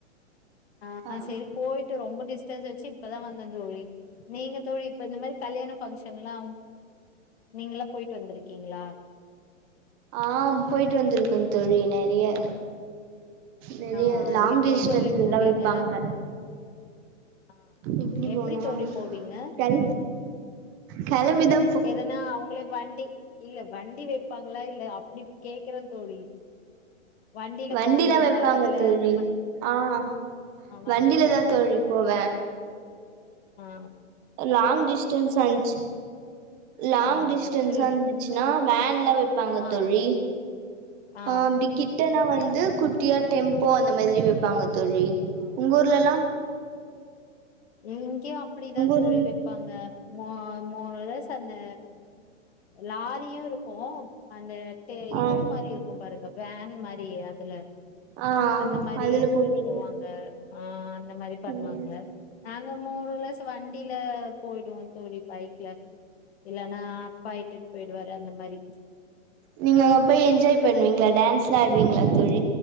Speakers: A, on the left (about 55°); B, on the right (about 25°).
A: ஆஹ்
B: ஆ
A: சேரி போயிட்டு ரொம்போ டிஸ்டன்ஸ் வெச்சு இப்பதா வந்த தோழி நீங்க தோழி இப்ப இந்த மாரி கல்யாண ஃப்ஷன்ல்லா நீங்க எல்லா போயிட்டு வந்திருக்கீங்களா
B: ஆஹ் போயிட்டு வந்திருக்கோ தோழி நெறயா நெறய
A: ஆ
B: லாங்
A: எப்டி
B: டிஸ்டன்ஸ்லதா
A: தோழி போவீங்க
B: விப்பாங்க
A: ஆ
B: எப்படி
A: எப்டி
B: போனா
A: தோழி போவீங்க
B: கிள கிளம்பிதா
A: எதுனா அவுங்களே வண்டி <inaudible> இல்ல வண்டி வெப்பாங்களா இல்ல அப்படி கேக்கற தோழி வண்டில
B: வண்டியில
A: போவீங்களா
B: வெப்பாங்க
A: இல்ல
B: தோழி
A: நம்ம
B: ஆஹ்
A: ஆ வ
B: வண்டிலதா தோழி போவ
A: ஆஹ்
B: லாங் டிஸ்டன்ஸ் ஆந்துச்சு லாங்
A: ஆ
B: டிஸ்டன்ஸா
A: சொல்லுங்க
B: இருந்துச்சுன்னா வேன்ல்லா வெப்பாங்க
A: ஆ
B: தோழி
A: ஆ
B: ஆஹ் அப்படி கிட்டனா வந் குட்டியா டெம்போ அந்த மாதிரி வெப்பாங்க தோழி உங்க ஊர்ல எல்லா
A: உம் இங்கேயு அப்படிதா தோழி
B: ஊர்ல
A: வெப்பாங்க மொ மொ ஸ் அந்த லாரியு இருக்கு அந்த
B: ஆ
A: இது மாரி இருக்கும் பாருங்க வேன் மாரி துல
B: ஆ
A: அந்த மாரி
B: அதுல
A: எடுத்துட்டு
B: போவீங்க
A: போவாங்க ஆ அந்த மாரி பண்ணுவாங்க
B: ம்
A: நாங்க <unintelligible> வண்டியில போயிடுவோ தோழி பைக்ல இல்ல ஆனா அப்பா இட்டுட்டு போயிடு வாரு அ இந்த மாரி
B: நீங்க அங்க போய் என்ஜாய் பண்ணுவீங்களா டான்ஸ்லா ஆடுவீங்களா தோழி